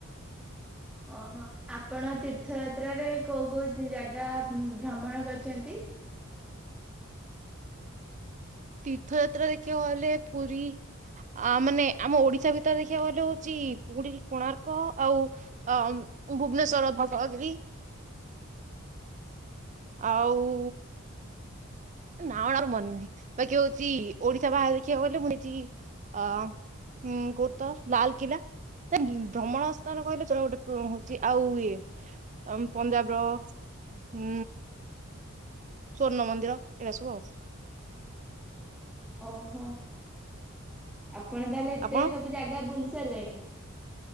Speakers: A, in the centre; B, on the right.
A: ଓହୋ ଆପଣ ତୀର୍ଥଯାତ୍ରାରେ କୋଉ କୋଉ ଜାଗା ଭ୍ରମଣ କରିଛନ୍ତି
B: ତୀର୍ଥଯାତ୍ରା ଦେଖିବାକୁ ଗଲେ ପୁରୀ ଆ ମାନେ ଆମ ଓଡିଶା ଭିତରେ ଦେଖିବାକୁ ଗଲେ ହଉଛି ପୁରୀ କୋଣାର୍କ ଆଉ ଭୁବନେଶ୍ଵର ଭଟଗିରି ଆଉ ନାଣ ର ମନେ ନାହିଁ ବାକି ହଉଛି ଓଡିଶା ବାହାରେ ଦେଖିବାକୁ କହିଲେ ମୁଁ ହେଇଛି ଅ କୋ ତ ଲାଲକଲା ଭ୍ରମଣ ସ୍ଥାନ କହିଲେ ଗୋଟେ ହଉଛି ଆଉ ଇଏ ପଞ୍ଜାବର ଉଁ ସ୍ଵର୍ଣ୍ଣ ମନ୍ଦିର ଏଗୁଡ଼ା ସବୁ ଆଉ।
A: ଓହୋ। ଆପଣ ତାହେଲେ ଏତେ
B: ଆପଣ
A: ସବୁ ଜାଗା ବୁଲ- ଚାଲେନି।